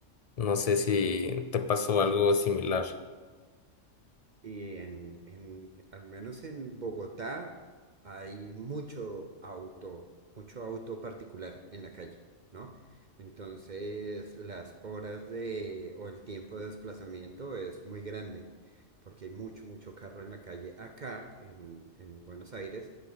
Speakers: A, on the left (about 55°); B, on the right (about 50°).
A: No sé si te pasó algo similar.
B: Y en, en- al menos en Bogotá hay mucho auto, mucho auto particular en la calle, ¿no? Entonces las horas de o el tiempo de desplazamiento es muy grande porque hay mucho, mucho carro en la calle. Acá en, en Buenos Aires